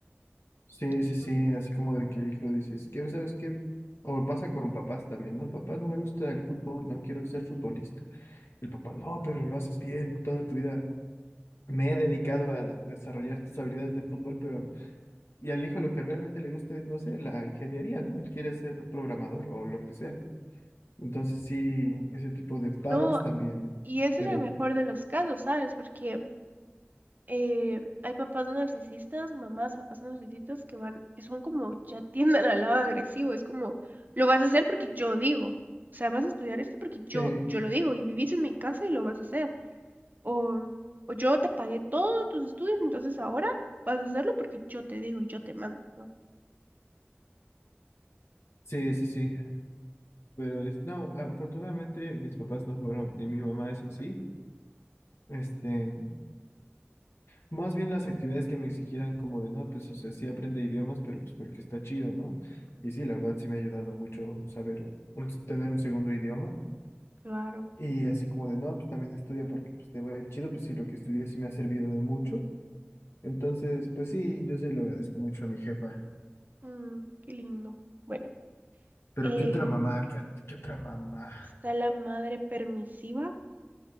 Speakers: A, on the left; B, on the right.
A: Sí,
B: Entonces,
A: sí, sí, así como de que el hijo dices, ¿qué sabes qué? O pasa con papás también, ¿no? Papá, no me gusta el fútbol, no quiero ser futbolista. El papá, no, pero lo haces bien, toda tu vida me he dedicado a de- desarrollar tus habilidades de fútbol, pero... Y al hijo lo que realmente le gusta es, no sé, la ingeniería, ¿no? Él quiere ser programador o lo que sea. Entonces sí, ese tipo de padres
B: no,
A: también,
B: Y es
A: pero...
B: en el mejor de los casos, ¿sabes? Porque eh, hay papás narcisistas, mamás, papás narcisistas que van, que son como, ya tienden al lado agresivo, es como, lo vas a hacer porque yo digo, o sea, vas a estudiar esto porque yo,
A: Sí,
B: yo lo digo y vivís en mi casa y lo vas a hacer. O, o yo te pagué todos tus estudios, entonces ahora vas a hacerlo porque yo te digo y yo te mando, ¿no?
A: sí, sí, sí. Pero es, no, afortunadamente mis papás no fueron, ni mi mamá es así. Este, Más bien las actividades que me exigieran como de, no, pues, o sea, sí aprende idiomas, pero pues porque está chido, ¿no?
B: Mm,
A: Y sí, la verdad sí me ha ayudado mucho saber, un- tener un segundo idioma.
B: Claro,
A: Y así como de, no, pues también estudia porque pues te va a ir chido, pues sí, lo que estudié sí me ha servido de mucho. Entonces, pues sí, yo se lo agradezco mucho a mi jefa.
B: Mm, qué lindo. Bueno,
A: Pero
B: eh,
A: ¿qué otra mamá, Kat? ¿Qué otra mamá?
B: está la madre permisiva.